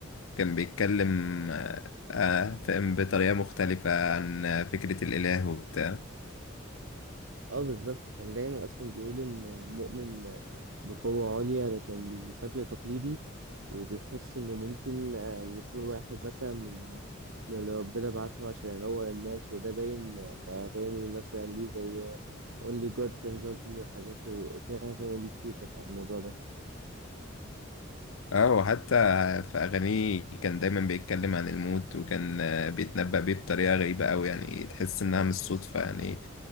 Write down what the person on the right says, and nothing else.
اه بالظبط كان دايما اصلا بيقول انه مؤمن بقوة عليا لكن مش بشكل تقليدي وبيحس انه ممكن آه، يكون واحد مثلا من من اللي ربنا بعته عشان ينور الناس وده باين آه، في اغاني مثلا ليه زي Only God Can Judge Me وحاجات زي وفي اغاني تانية ليه كتير كانت عن الموضوع ده